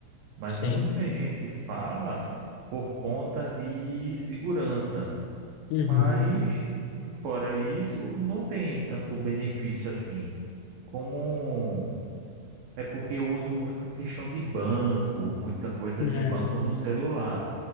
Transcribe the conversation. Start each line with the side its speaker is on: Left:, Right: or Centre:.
Right: Mas
Left: Sim.
Right: muita gente fala por conta de segurança.
Left: Uhum.
Right: Mas, fora isso, não tem tanto benefício assim. Como. É porque eu uso muito questão de banco, muita coisa
Left: Uhum.
Right: de banco no celular.